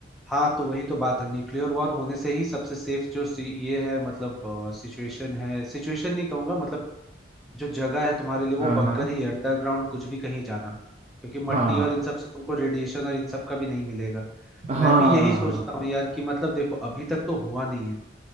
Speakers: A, in the centre; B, on the right.
A: हाँ तो वही तो बात है न्यूक्लियर वॉर होने से ही सबसे सेफ जो सी, ये है मतलब सिचुएशन है सिचुएशन नहीं कहूंगा मतलब जो जगह है तुम्हारे लिए वो
B: हाँ
A: बंकर
B: हाँ
A: ही है अंडरग्राउंड कुछ भी कहीं जाना क्योंकि मट्टी
B: हाँ
A: और इन सब से तुमको रेडिएशन और इन सब का भी नहीं मिलेगा
B: हाँ
A: मैं भी यही सोचता हूँ यार कि मतलब देखो अभी तक तो हुआ नहीं है